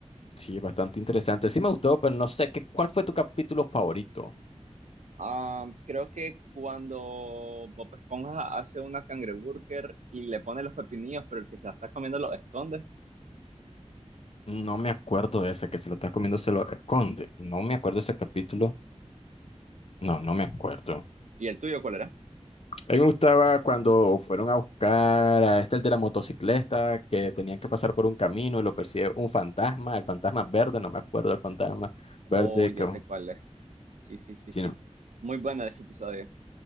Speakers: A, on the left; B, on the right.
A: Sí, es bastante interesante. Sí me gustó, pero no sé qué, ¿cuál fue tu capítulo favorito?
B: Ah, creo que cuando Bob Esponja hace una cangreburger y le pone los pepinillos, pero el que se la está comiendo los esconde.
A: No me acuerdo de ese que se lo está comiendo, se lo esconde. No me acuerdo de ese capítulo. No, no me acuerdo.
B: ¿Y el tuyo cuál era?
A: A mí me gustaba cuando fueron a buscar a este, el de la motocicleta, que tenían que pasar por un camino y lo persigue un fantasma, el fantasma verde, no me acuerdo el fantasma
B: Oh,
A: verde,
B: ya
A: que,
B: sé cuál es. Sí, sí, sí,
A: sí,
B: sí.
A: no,
B: Muy bueno ese episodio.